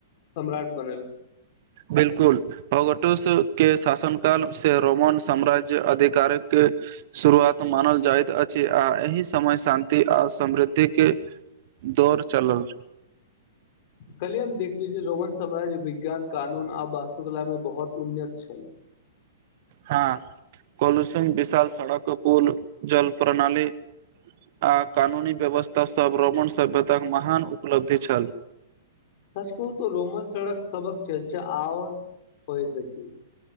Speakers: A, on the left (about 50°); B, on the right (about 55°).
A: सम्राट बनल
B: बिल्कुल अगटोस के शासन काल से रोमन साम्राज्य अधिकारिक के शुरुआत मानल जाइत अछि आ एहि समय शान्ति आ समृद्धि के दौड़ चलल
A: कलिय हम देख लीज रोमन साम्राज्य विज्ञान कानून आ वास्तुकला में बहुत उन्नत छल
B: हँ कोलूशन विशाल सड़क पुल जल प्रणाली आ कानूनी व्यवस्था सभ रोमन सभ्यताक महान उपलब्धि छल
A: सच कहू तऽ रोमन सड़क सबक चर्चा और होइत छै